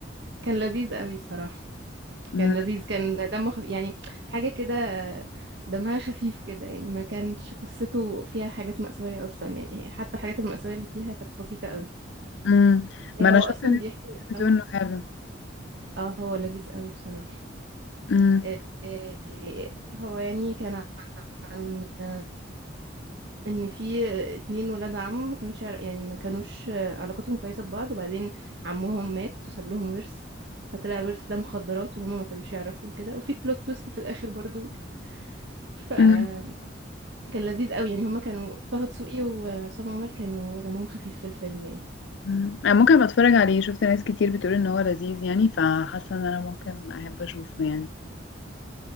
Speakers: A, on the right; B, on the left.
A: كان لذيذ قوي بصراحه
B: مم.
A: كان لذيذ كان دمه خفيف يعني حاجه كده آه، دمها خفيف كده يعني ما كانش قصته فيها حاجات مأساوية أصلا يعني حتى الحاجات المأساوية اللي فيها كانت بسيطة قوي
B: مم. ما
A: هو
B: انا شفت
A: أصلا
B: ناس
A: بيحكي
B: كتير بتقول
A: اه
B: انه حلو
A: اه هو لذيذ قوي بصراحة
B: مم.
A: آه، آه، هو يعني كان عن آه، ان في اتنين ولاد عم ما كانوش يعر- يعني ما كانوش علاقتهم كويسه ببعض وبعدين عمهم مات وساب لهم ورث فطلع الورث ده مخدرات وهما ما كانوش يعرفوا كده وفي بلوت تويست في الاخر برضو فكان
B: مم.
A: لذيذ قوي يعني هما كانوا طه دسوقي وعصام عمر كانوا دمهم خفيف في الفيلم يعني
B: مم. انا ممكن ابقى اتفرج عليه شفت ناس كتير بتقول ان هو لذيذ يعني فحاسه ان انا ممكن احب اشوفه يعني